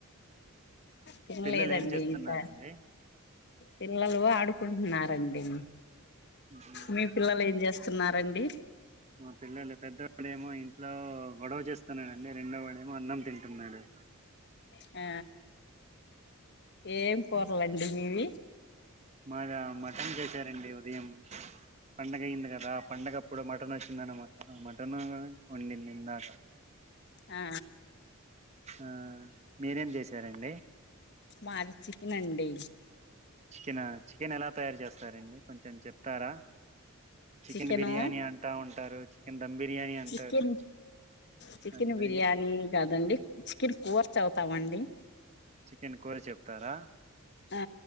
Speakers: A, on the left; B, on the right.
A: తిన్లేదండి
B: పిల్లలు ఏం చేస్తున్నారండి
A: ఇంకా పిల్లలు ఆడుకుంటున్నరండి
B: ఉహు.
A: మీ పిల్లల్ ఏం జెస్ స్తున్నారండి
B: మా పిల్లలు పెద్దోడేమో ఇంట్లో గొడవ చేస్తున్నాడండి రెండో వాడేమో అన్నం తింటున్నాడు.
A: ఆ ఏం కూరలండి మీవి?
B: మాదా మటన్ చేసారండి ఉదయం పండగ అయ్యింది కదా పండగప్పుడు మట టన్ వచ్చిందన్నమాట. ఆ మటన్ వండింది ఇందాక
A: ఆ
B: ఆ మీరేం చేసారండి?
A: మాది చికెన్ అండి.
B: చికెనా చికెన్ ఎలా తయారు చేస్తారండి కొంచం చెప్తారా? చికెన్
A: చికెను
B: బిర్యానీ అంటా ఉంటారు, చికెన్ ధమ్ బిర్యానీ అంటారు
A: చికెన్ చికెన్
B: దాని గురించి
A: బిర్యానీ
B: కొంచెం
A: కాదండి చికెన్ కోర్చతామండి.
B: చికెన్ కూర చెప్తారా?
A: ఆ